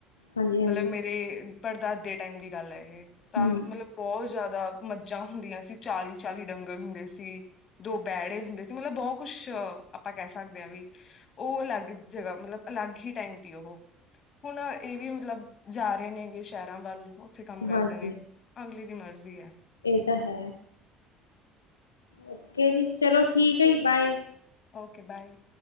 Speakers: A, on the left; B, on the left.
A: ਹਾਂਜੀ, ਹਾਂਜੀ।
B: ਮਤਲਬ ਮੇਰੇ ਪੜਦਾਦੇ ਦੇ ਟਾਈਮ ਦੀ ਗੱਲ ਹੈ ਇਹ ਤਾਂ
A: ਹੂੰ।
B: ਮਤਲਬ ਬਹੁਤ ਜ਼ਿਆਦਾ ਮੱਝਾਂ ਹੁੰਦੀਆਂ ਸੀ ਚਾਲੀ ਚਾਲੀ ਡੰਗਰ ਹੁੰਦੇ ਸੀ ਦੋ ਬਹਿੜੇ ਹੁੰਦੇ ਸੀ ਮਤਲਬ ਬਹੁਤ ਕੁਛ ਆਪਾਂ ਕਹਿ ਸਕਦੇ ਹਾਂ ਵੀ ਉਹ ਅਲੱਗ ਜਗ੍ਹਾ ਮਤਲਬ ਅਲੱਗ ਹੀ ਟਾਈਮ ਸੀ ਉਹ ਹੁਣ ਇਹ ਵੀ ਮਤਲਬ ਜਾ ਰਹੇ ਨੇ ਸ਼ਹਿਰਾਂ ਵੱਲ ਉੱਥੇ ਕੰਮ ਕਰਦੇ
A: ਹਾਂਜੀ,
B: ਨੇ ਅਗਲੀ ਮਰਜ਼ੀ ਆ!
A: ਇਹ ਤਾਂ ਹੈ! ਓਕੇ ਜੀ ਚਲੋ ਠੀਕ ਹੈ ਜੀ ਬਾਏ
B: ਓਕੇ ਬਾਏ